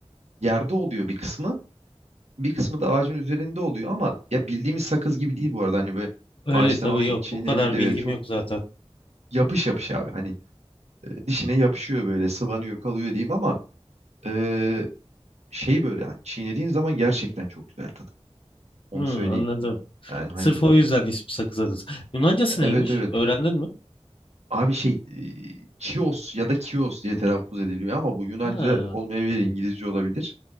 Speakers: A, on the right (about 80°); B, on the left (about 55°).
A: yerde oluyor bir kısmı bir kısmı da ağacın üzerinde oluyor ama ya bildiğimiz sakız gibi değil bu arada hani böyle
B: Öyle
A: ağaçtan
B: tabii
A: alayım
B: yok.
A: çiğneyim
B: O kadar
A: bir de
B: bilgim
A: böyle çok
B: yok zaten.
A: yapış yapış abi hani dişine yapışıyor böyle sıvanıyor kalıyor diyeyim ama eee, şey böyle hani çiğnediğin zaman gerçekten çok güzel tadı onu
B: Hı,
A: söyleyeyim
B: anladım.
A: yani hani
B: Sırf o yüzden ismi Sakız Adası. Yunancası
A: evet
B: neymiş?
A: evet
B: Öğrendin mi?
A: Abi şey eee, Chios ya da Kios diye telaffuz ediliyor ama bu Yunanca
B: Ha,
A: olmayabilir,
B: tamam.
A: İngilizce olabilir.